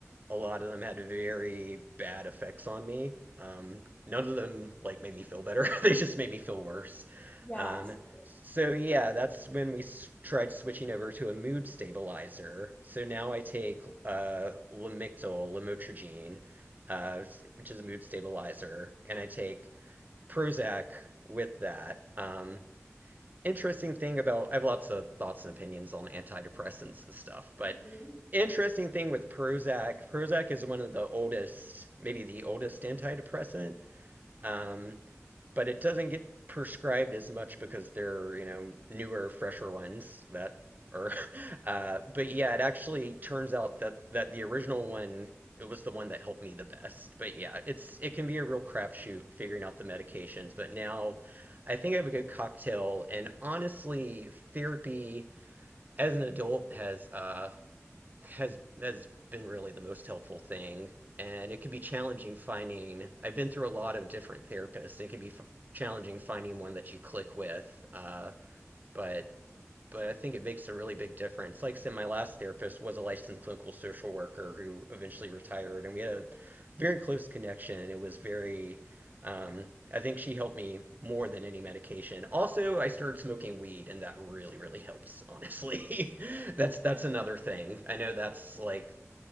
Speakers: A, on the right; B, on the left.
A: a lot of them had very bad effects on me. Um, none of them like made me feel better. <laughs> They just made me feel worse.
B: yeah,
A: Um,
B: absolutely.
A: so yeah, that's when we s tried switching over to a mood stabilizer. So now I take uh, Lamictal, lamotrigine, uh, which is a mood stabilizer, and I take Prozac with that. Um, interesting thing about I have lots of thoughts and opinions on antidepressants and stuff, but
B: Yeah.
A: interesting thing with Prozac, Prozac is one of the oldest, maybe the oldest antidepressant. Um, but it doesn't get prescribed as much because they're, you know, newer, fresher ones that are. <laughs> Uh, but yeah, it actually turns out that that the original one it was the one that helped me the best. But yeah, it's it can be a real crapshoot figuring out the medications. But now I think I have a good cocktail, and honestly, therapy as an adult has uh has has been really the most helpful thing. And it can be challenging finding. I've been through a lot of different therapists. It can be f challenging finding one that you click with. Uh, but but I think it makes a really big difference. Like I said, my last therapist was a licensed clinical social worker who eventually retired, and we had a very close connection. and It was very, um, I think she helped me more than any medication. Also, I started smoking weed, and that really, really helps, honestly. <laughs> That's that's another thing. I know that's like